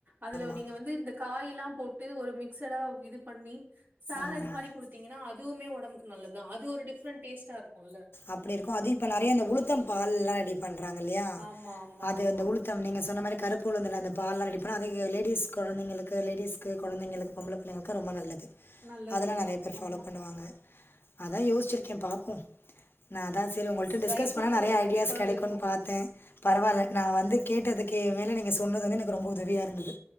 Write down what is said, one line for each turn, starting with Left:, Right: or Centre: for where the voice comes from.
Right: அதுல
Left: ஆமா
Right: நீங்க வந்து இந்தக் காய்லா போட்டு ஒரு மிக்சடா இது பண்ணி சாலட்
Left: ஆமா
Right: மாரி குடுத்தீங்கனா அதுவுமே ஒடம்புக்கு நல்லதுதா அது ஒரு டிஃப்ரெண்ட் டேஸ்டா இருக்குல்ல
Left: அப்டி இருக்கு அது இப்ப நெறைய இந்த உளுத்தம் பால்லா டிப் பண்றாங்க இல்லயா
Right: ஆமா ஆமா
Left: அது
Right: ஆமா
Left: அந்த உளுத்தம் நீங்க சொன்ன மாரி கருப்பு உளுந்துல அந்த பால்லா ரெடி பண்ணி அது இங்கெ லேடிஸ் கொழந்தைங்களுக்கு லேடிஸ்க்கு கொழந்தைங்களுக்கு பொம்பள பிள்ளைங்களுக்கு ரொம்ப நல்லது
Right: நல்லது
Left: அதெல்லா நெறைய பேர் ஃபாலோ
Right: ஆமா
Left: பண்ணுவாங்க அதா யோஸ்ச்சிருக்கே பாப்போ நா தா சேரி உங்கள்ட்ட டிஸ்கஸ்
Right: ட்ரை
Left: பண்ணா
Right: பண்ணுங்க
Left: நெறையா
Right: கண்டிப்பா
Left: ஐடியாஸ் கெடைக்குன்
Right: இருக்கு
Left: பாத்தே பரவால்ல நா வந்து கேட்டதுக் கே மேல நீங்க சொன்னது வந்து எனக் ரொம்ப உதவியா இருந்தது